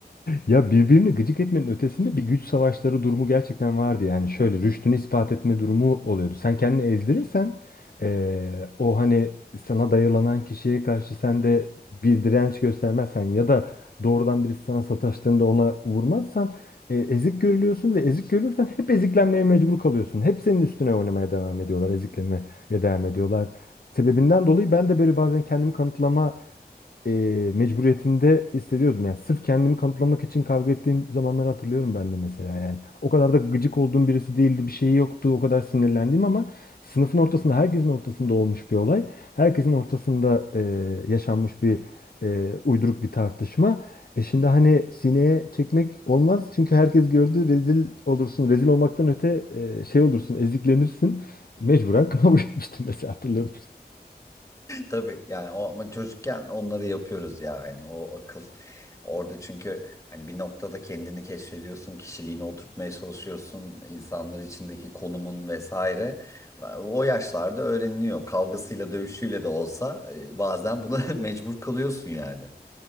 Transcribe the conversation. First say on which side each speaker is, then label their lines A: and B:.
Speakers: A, on the left; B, on the left.
A: Ya birbirini gıcık etmenin ötesinde bir güç savaşları durumu gerçekten vardı. Yani şöyle rüştünü ispat etme durumu oluyordu. Sen kendini ezdirirsen eee, o hani sana dayılanan kişiye karşı sen de bir direnç göstermezsen ya da doğrudan birisi sana sataştığında ona vurmazsan e, ezik görülüyorsun ve ezik görülürsen hep eziklenmeye mecbur kalıyorsun. Hep senin üstüne oynamaya devam ediyorlar, eziklemeye devam ediyorlar. Sebebinden dolayı ben de böyle bazen kendimi kanıtlama e, mecburiyetinde hissediyordum. Yani sırf kendimi kanıtlamak için kavga ettiğim zamanları hatırlıyorum ben de mesela yani. O kadar da gıcık olduğum birisi değildi, bir şeyi yoktu, o kadar sinirlendiğim ama sınıfın ortasında, herkesin ortasında olmuş bir olay. Herkesin ortasında e, yaşanmış bir e, uyduruk bir tartışma. E şimdi hani sineye çekmek olmaz çünkü herkes gördü rezil olursun. Rezil olmaktan öte e, şey olursun, eziklenirsin. Mecburen <laughs> kavga etmiştim mesela hatırladım
B: Tabii yani o ama çocukken onları yapıyoruz ya hani o akıl orada çünkü hani bir noktada kendini keşfediyorsun kişiliğini oturtmaya çalışıyorsun insanlar içindeki konumun vesaire o yaşlarda öğreniliyor kavgasıyla dövüşüyle de olsa e, bazen buna <laughs> mecbur kalıyorsun yani.